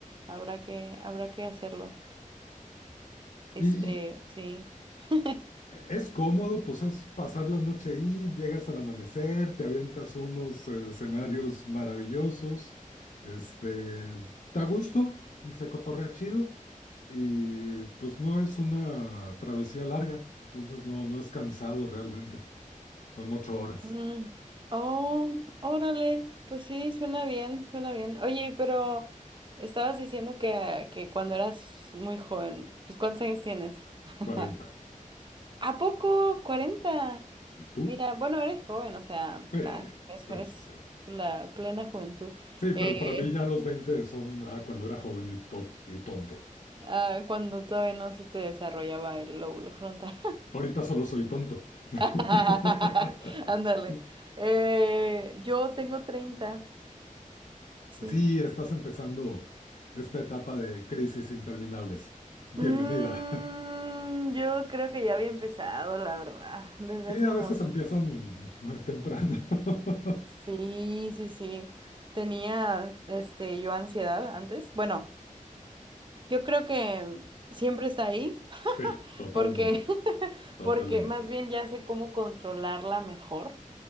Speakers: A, on the right; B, on the left.
A: Habrá que, habrá que hacerlo. Este,
B: Y, y
A: sí. <laughs>
B: es cómodo, pues es pasar la noche ahí, llegas al amanecer, te avientas unos eh, escenarios maravillosos, este, está a gusto, se cotorrea chido, y pues no es una travesía larga, entonces no, no es cansado realmente, son ocho horas,
A: Mm, Oh, órale, pues sí, suena bien, suena bien. Oye, pero estabas diciendo que, que cuando eras muy joven, pues ¿cuántos años tienes? <laughs>
B: cuarenta.
A: ¿A poco? cuarenta.
B: ¿Tú?
A: Mira, bueno, eres joven, o sea,
B: Sí,
A: ta- eso
B: sí,
A: es
B: sí, sí.
A: la plena juventud.
B: Sí,
A: Eh,
B: pero para mí ya los veinte son ah, cuando era joven y, to- y tonto.
A: Ah, cuando todavía no se te desarrollaba el lóbulo frontal.
B: Ahorita solo soy tonto.
A: <laughs>
B: <laughs>
A: Ándale. Eh, yo tengo 30, sí.
B: Sí, estás empezando esta etapa de crisis interminables. Bienvenida.
A: Mm, yo creo que ya había empezado, la verdad, desde
B: Sí,
A: hace
B: a
A: mucho.
B: veces empiezan eh, temprano. <laughs>
A: Sí, sí, sí. Tenía, este, yo ansiedad antes. Bueno, yo creo que siempre está ahí,
B: Sí, totalmente,
A: porque, <laughs>
B: totalmente.
A: porque más bien ya sé cómo controlarla mejor.